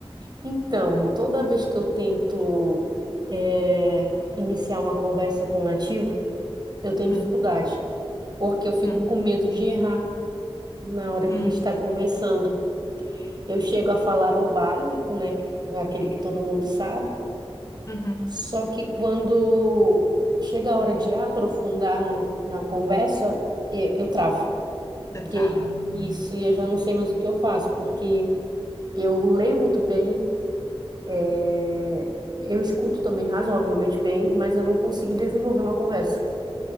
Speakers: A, on the right; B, on the left.
A: Então, toda vez que eu tento eh, iniciar uma conversa com um nativo, eu tenho
B: Hum,
A: dificuldade, porque eu fico
B: hum,
A: com medo de errar na hora que
B: hum,
A: a gente está conversando. Eu chego a falar o básico, né, que- aquele que todo mundo sabe.
B: uhum.
A: Só que quando chega a hora de aprofundar no- na conversa, eu, eu travo.
B: Você trava.
A: E aí, isso, e eu já não sei mais o que eu faço, porque eu leio muito bem, eh, eu escuto também razoavelmente bem, mas eu não consigo desenvolver uma conversa.